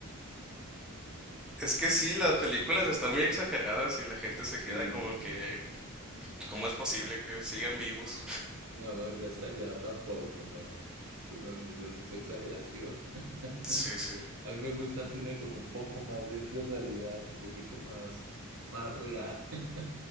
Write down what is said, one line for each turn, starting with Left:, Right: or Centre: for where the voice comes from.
Centre: Es que sí, las películas están muy exageradas y la gente se
Right: Sí,
Centre: queda como
Right: sí.
Centre: que, ¿cómo es posible que sigan vivos?
Right: No, ya hasta allá tampoco, no, no, eso no- no, ya es mucha exageración. <laughs>
Centre: Sí, sí,
Right: A mí me gusta el cine con un poco más de, de realidad, un poquito más, más real. <laughs>